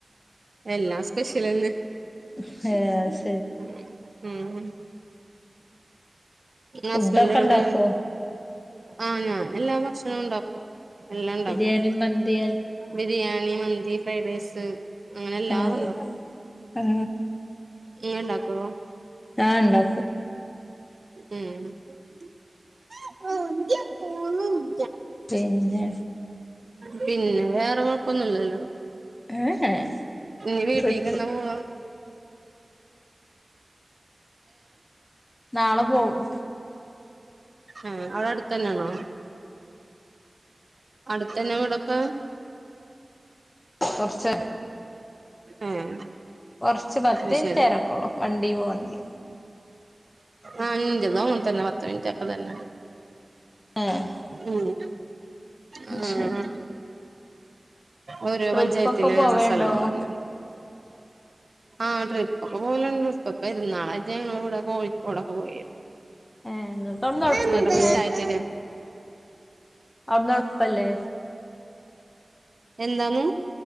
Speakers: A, on the right (about 60°); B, on the left (about 35°).
A: എല്ലാ സ്പെഷ്യൽന്ന്
B: ഹ
A: ഉ ഉം ഹസ്ബൻഡവിടെ
B: ഫുഡൊക്കെ ഇണ്ടാക്കോ
A: ആഹ ഞാൻ എല്ലാ ഭക്ഷണ ഉണ്ടാക്കും എല്ലാം ഇണ്ടാക്കും
B: ബിരിയാണി മന്തി
A: ബിരിയാണി മന്തി ഫ്രൈഡ് റൈസ് അങ്ങനെ എല്ലാം
B: ആഹ ആഹ
A: ഏ ഉണ്ടാക്കോ
B: ആഹ ഉണ്ടോ
A: ആ ഉം
B: പിന്നെ
A: പിന്നെ വേറെ കൊഴപ്പൊന്നുംല്ലല്ലോ
B: ഏഹ്
A: ന വീട്ടി
B: ട്രിപ്പ്
A: കന്ന പോ
B: നാളെ പോകവും
A: ആഹ അവിടെ അടുത്തതന്നെയാണോ അടുത്തന്നെ ഇവിടപ്പ
B: കുറച്ച
A: ഏഹ്
B: കൊറച്ച് പത്തേ
A: അത് ശരി
B: ചേരക്കൊളൂ വണ്ടി പോവണെങ്കിൽ
A: ആഹ ഇഞ്ചതന്ന് തന്നെ പത്ത് മിനിറ്റ് ഒക്കെ തന്നെ
B: ഏഹ്
A: ഉം ആഹ
B: ശരി
A: ഓരോ
B: ട്രിപ്പൊക്കെ
A: പഞ്ചായത്തില
B: പോവേണ്ടോ
A: സ്ഥലങ്ങളല്ലേ ആഹ ട്രിപ്പ് ഒക്കെ പോലുണ്ട് ഇ ഇപ്പ ഇരുന്നാളാച്ച ഞങ്ങ ഇവിടെ കോഴിക്കോടൊക്കെ പോയിരുന്നു
B: ഏഹ് ഇങ്ങക്ക് അവ്ട്ന്ന് എളുപ്പേക്കുലേ
A: ഇ്ട ആത്തത്
B: അവിന്ന ഉഴപ്പല്ലേ
A: എന്താണ്